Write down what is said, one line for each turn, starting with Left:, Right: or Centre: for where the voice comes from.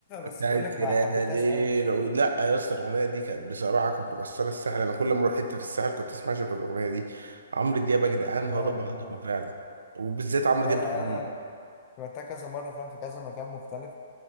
Right: بتاعت
Left: بس بقول لك ما
Right: يا
Left: حبيتهاش
Right: ليل
Left: قوي
Right: عود لا يا اسطى الاغنيه دي كانت بصراحه كانت مكسره الساحل انا كل ما اروح حته في الساحل كنت اسمع شغل الاغنيه دي عمرو دياب يا جدعان هضبه
Left: اه آه.
Right: هضبه فعلا وبالذات عمرو
Left: ما هي
Right: دياب
Left: انا
Right: القديم
Left: انا رحتها كذا مره فاهم في كذا مكان مختلف